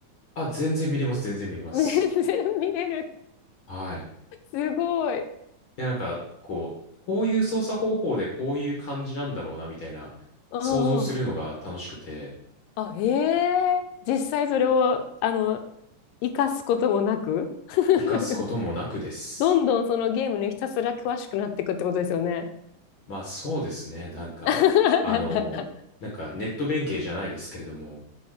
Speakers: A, on the left; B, on the left.
A: あ、全然見れます、全然見れます。
B: <laughs> 全然見れる。
A: はい。い
B: すごい。
A: や、なんか、こう、こういう操作方法でこういう感じなんだろうな、みたいな、
B: うんうん。
A: 想像するのが楽しくて、
B: あ、ええ実際それを、あの、生かすこともなく <laughs>
A: 活かすこともなくです。
B: どんどんそのゲームにひたすら詳しくなっていくってことですよね。
A: まあそうですね、なんか、
B: <laughs>
A: あの、なんかネット弁慶じゃないですけれども、